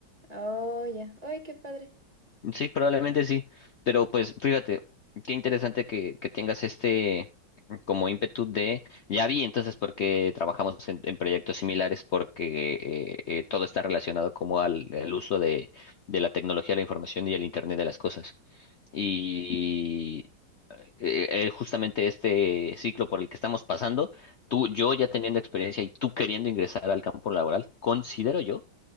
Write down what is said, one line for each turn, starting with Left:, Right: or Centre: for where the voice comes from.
Right: Oh, ya. ¡Ay, qué padre!
Left: Sí, probablemente
Right: Eh,
Left: sí, pero pues fíjate, qué interesante que, que tengas este... como ímpetu de, ya vi entonces porque trabajamos en, en proyectos similares, porque eh, eh, todo está relacionado como al, al uso de, de la tecnología, la información y el Internet de las cosas. Y eh, eh, justamente este ciclo por el que estamos pasando, tú, yo ya teniendo experiencia y tú queriendo ingresar al campo laboral, considero yo